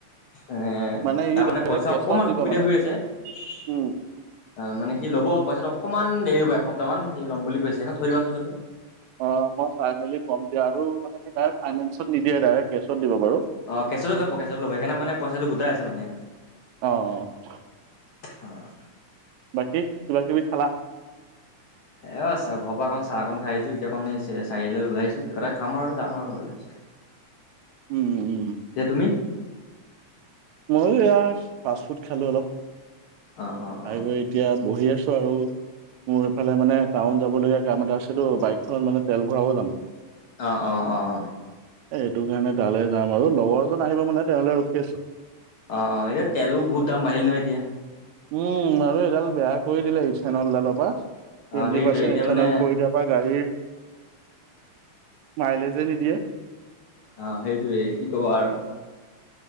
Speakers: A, on the left; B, on the right.
A: এ
B: মানে ই
A: তাৰমানে
B: ডাইৰেক্ট
A: পইচা
B: কেছত
A: অকমান
B: দিব
A: অসুবিধা
B: মানে
A: হৈ আছে। অ',
B: উম
A: মানে কি ল'ব পইচাটো অকণমান দেৰি হব এসপ্তাহ মান সি ল'ম বুলি কৈছে সেইখন থৈ দিবাচোন তুমি।
B: অ', মই চাই মেলি কম দিয়া আৰু মানে ডৰেক্ট ফাইনেন্সত নিদিয়ে ডাইৰেক্ট কেচত দিব বাৰু।
A: অ', কেচততে ল'ব কেচত লব সকাৰে মে পইচাটো গোটাই আছে মানে এনে।
B: আহ।
A: অ'।
B: বাকী কিবা কিবি খালা?
A: এ চাহ ঘৰ পৰা অক চাহ অকন খাই আছো এতিয়াকণ চাৰিআৈ ওলাইছো কিবা এটা খাম আৰু যাম আৰু ঘৰলৈ পিছত। <unintelligible>
B: উম, উম, উম।
A: এতিয়া তুমি
B: মইো এয়া ফাষ্ট ফুড খালো অলপ
A: অ অ
B: খাই
A: অ অ
B: গৈ এতিয়া বহি আছো। আছো আৰু। মোৰ এফালে টাউন যাব লগীয়া কাম এটা আছেতো বাইকখনত মানে তেল ভৰাব যাম।
A: অ', অ', অ', অ'।
B: এ এইটো কাৰণে তালৈ যাম আৰু লগৰ এজন আহিব মানে তেওঁলে ৰখি আছো।
A: অ', অ', এতিয়া তেলো বহুত দাম বাঢ়িল নহয় এতিয়া।
B: উম, আৰু এডাল বেয়া কৰি দিলে সি ইথানলডালৰ পৰা টুৱেণ্টি
A: অ সেইটোৱে
B: পাৰ্চেণ্ট
A: এতিয়া
B: ইথনেল
A: মানে
B: কৰি থকাা গাড়ীৰ মাইলেজে নিদিয়ে।
A: আহ সেইটোৱেই কি কব আৰু।